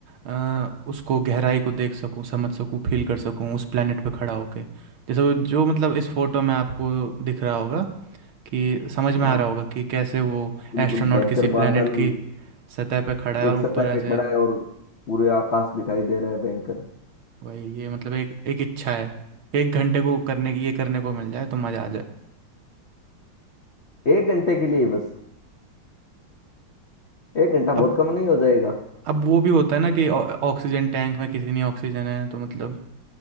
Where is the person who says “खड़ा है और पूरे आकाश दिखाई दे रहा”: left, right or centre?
Left